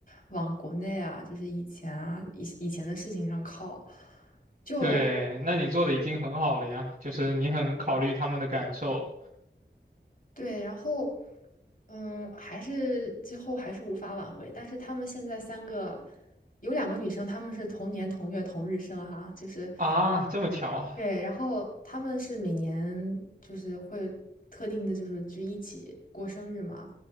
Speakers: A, on the left (about 50°); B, on the right (about 40°).
A: 往国内啊，就是以前啊，以以前的事情上靠。就
B: 对，那你做的已经很好了呀，就是你很考虑他们的感受
A: 对，然后嗯，还是最后还是无法挽回。但是他们现在三个有两个女生，她们是同年同月同日生哈，就是。
B: 啊，这么巧啊，
A: 对，然后他们是每年就是会特定的，就是就一起过生日嘛。